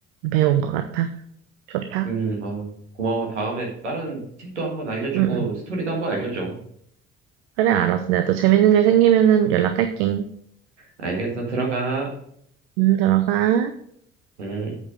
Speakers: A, on the right; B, on the right.
A: 배운 것 같아. 좋다.
B: 음, 아, 고마워. 다음에 다른 팁도 한번 알려주고
A: 응응
B: 스토리도 한번 알려줘.
A: 그래, 알았어. 내가 또 재밌는 일 생기면은 연락할게.
B: 알겠어. 들어가.
A: 응 들어가.
B: 음.